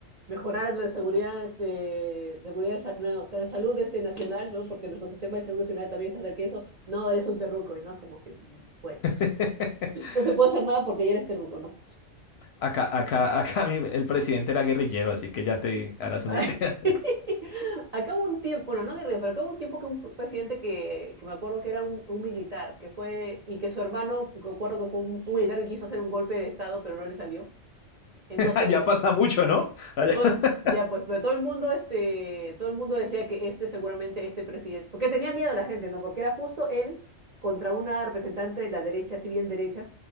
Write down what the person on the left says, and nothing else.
<laughs>
Acá, acá, acá mi- el presidente era guerrillero, así que ya te harás
una idea.
<laughs> Allá pasa mucho, ¿no? Allá.
<laughs>